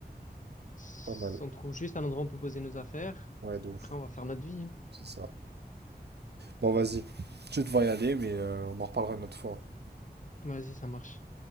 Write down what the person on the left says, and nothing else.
s-
on trouve juste un endroit où on peut poser nos affaires.
Après, on va faire notre vie. hein.
Vas-y, ça marche.